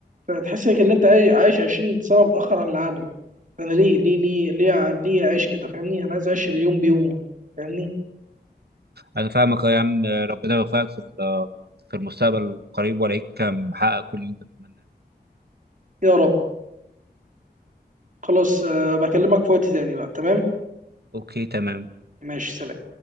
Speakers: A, on the right (about 45°); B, on the right (about 65°).
A: فتحس انك ان انت عاي- عايش 20 سنة متأخر عن العالم فانا ليه ليه ليه ليه ع- ليه اعيش كده فاهمني انا عايز اعيش اليوم بيومه فاهمني
B: انا فاهمك أه يا عم ربنا يوفقك في ال- في المستقبل القريب والاقيك محقق كل اللي انت بتتمناه
A: يا رب خلاص أه بكلمك في وقت تاني بقى تمام
B: اوكي تمام
A: ماشي سلام